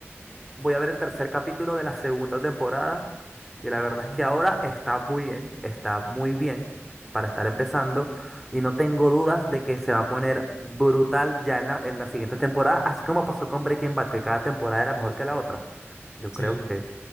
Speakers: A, in the centre; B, on the left (about 80°).
A: voy a ver el tercer capítulo de la segunda temporada y la
B: Ah,
A: verdad es que
B: bien.
A: ahora está muy bien, está muy bien para estar empezando y no tengo dudas de que se va a poner brutal ya en la, en las siguientes temporadas, así como pasó con Breaking Bad, que cada temporada era mejor que la otra. Yo
B: Sí,
A: creo que,